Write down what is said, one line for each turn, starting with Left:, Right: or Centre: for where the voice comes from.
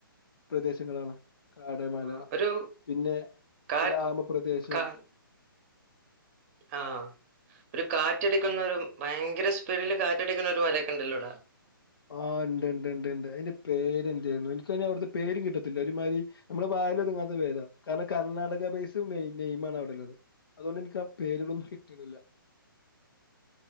Left: പ്രദേശങ്ങളാണ് കാട് മല
Right: ആ, ഒരു
Left: പിന്നെ
Right: കാ
Left: ഗ്രാമപ്രദേശം
Right: കാ ആഹ് ഒരു കാറ്റടിക്കുന്ന ഒരു ഭയങ്കര സ്പീഡില് കാറ്റടിക്കുന്ന ഒരു മരക്കെണ്ടല്ലോ അവ്ടെ?
Left: ആഹ് ഇണ്ട്ണ്ട് ഇണ്ട് ഇണ്ട് അതിന്റെ പേരെന്തേയിരുന്നു എനിക്കതിന് അവിടുത്തെ പേരും കിട്ടത്തില്ല ഒരുമാതിരി നമ്മുടെ വായിലൊതുങ്ങാത്ത പേര കാരണം കർണാടക ബേസ് മെയി നെയിം ആണ് അവിടെള്ളത് അതുകൊണ്ട് ഇനിക്ക് ആ പേര്കളൊന്നും കിട്ട്ണില്ല